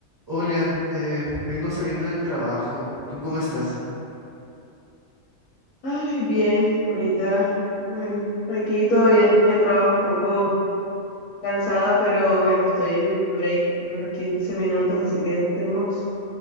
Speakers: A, on the right; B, on the left.
A: Hola, eh, vengo saliendo del trabajo. ¿Tú cómo estás?
B: Ay, bien, ahorita, bueno, aquí todavía en el trabajo un poco cansada, pero bueno, estoy en mi break de unos 15 minutos, así que tenemos